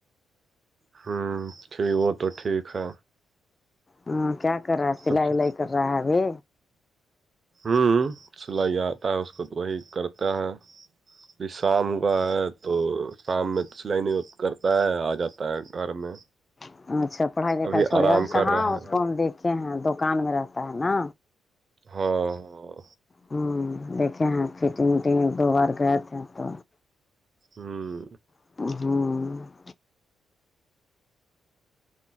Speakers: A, on the right; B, on the left.
A: ہوں پھر وہ تو ٹھیک ہے
B: ہاں کیا کر رہا ہے سلائی
A: اب-
B: ولائی کر رہا ہے ابھی
A: ہوں سلائی آتا ہے اس کو وہی کرتا ہے پھر شام کاا ہے تو شام میں تو سلائی نہیں کرتا ہے آ جاتا ہے گھر میں
B: ا اچھا پڑھائی لکھائی
A: ابھی
B: چھوڑ
A: آرام
B: گیا اچھا
A: کر
B: ہاں
A: رہا
B: اس
A: ہے
B: کو ہم دیکھے ہیں دکان میں رہتا ہے نا
A: ہاں ہاں
B: ہوں دیکھے ہیں فٹنگ وٹنگ ایک دو بار گئے تھے تو
A: ہوں
B: ہوں